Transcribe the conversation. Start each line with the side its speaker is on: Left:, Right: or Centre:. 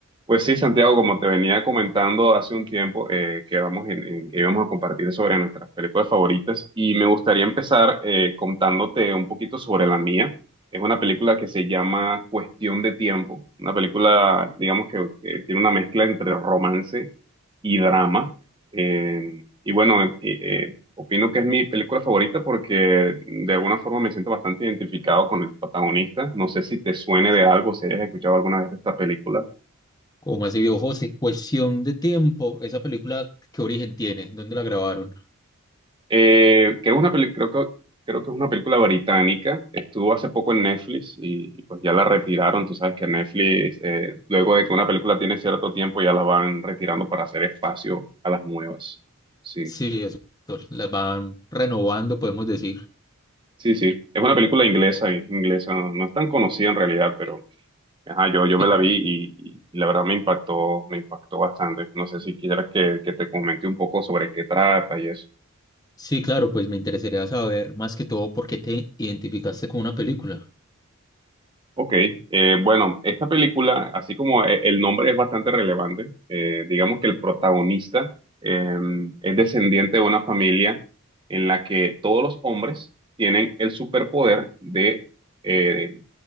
Right: Pues sí, Santiago, como te venía comentando hace un tiempo, eh, que vamos en- en- que íbamos a compartir sobre nuestras películas favoritas y me gustaría empezar eh, contándote un poquito sobre la mía. Es una película que se llama Cuestión de Tiempo, una película, digamos que, que tiene una mezcla entre romance y drama. Eh, y bueno, eh, eh, opino que es mi película favorita porque de alguna forma me siento bastante identificado con el protagonista. No sé si te suene de algo, si hayas escuchado alguna vez de esta película.
Left: Como así, viejo José? Cuestión de tiempo. ¿Esa película qué origen tiene? ¿Dónde la grabaron?
Right: Eh, creo, una peli- creo que, creo que es una película británica. Estuvo hace poco en Netflix y, y pues ya la retiraron. Tú sabes que Netflix, eh, luego de que una película tiene cierto tiempo, ya la van retirando para hacer espacio a las nuevas. Sí,
Left: Sí, eso. Las van renovando, podemos decir.
Right: sí, sí. Es una película inglesa, eh, inglesa. No, no es tan conocida en realidad, pero ajá, yo, yo me
Left: Y-
Right: la vi y, y- y la verdad me impactó, me impactó bastante. No sé si quieras que, que te comente un poco sobre qué trata y eso.
Left: sí, claro, pues me interesaría saber más que todo por qué te identificaste con una película.
Right: Ok, eh, bueno, esta película, así como e- el nombre es bastante relevante, eh, digamos que el protagonista eh, es descendiente de una familia en la que todos los hombres tienen el superpoder de eh,